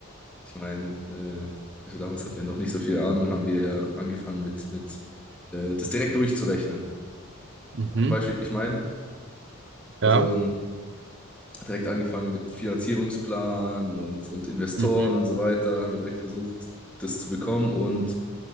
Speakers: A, in the centre; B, on the right.
A: Ich meine, äh, also damals hatten wir noch nicht so viel Ahnung, haben wir angefangen mit, mit äh, das direkt durchzurechnen.
B: Mhm.
A: Weißt du, wie ich meine?
B: Ja.
A: Also ähm, direkt angefangen mit Finanzierungsplan und, und Investoren
B: Mhm.
A: und so weiter, haben wir direkt versucht, das zu bekommen. Und